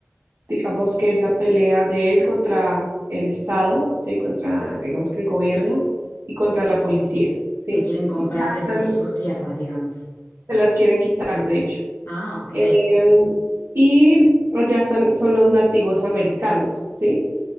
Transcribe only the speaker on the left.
que quieren comprarle
sus, sus tierras, digamos.
Ah, ok.